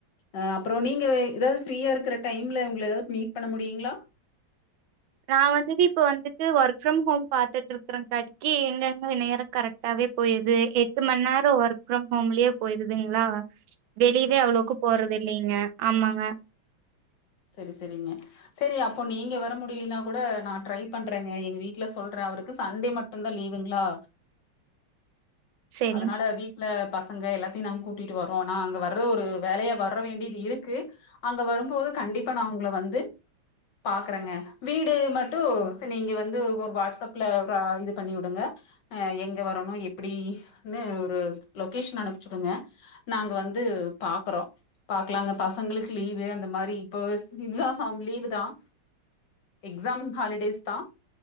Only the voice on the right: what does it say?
நா வந்துட்டு இப்ப வந்து ட்டு ஒர்க் ஃப்ரம் ஹோம் பாத்துட்ருக்கரங்காட்டிக்கி எங்கங்க நேரோ கரெக்டாவே போயிருது எட்டு மண் நேரோ ஒர்க் ஃப்ரம் ஹோம்லியே போயிருதுங்ளா வெளிவே அவ்ளோக்கு போறது இல்லீங்க ஆமாங்க
செரிங்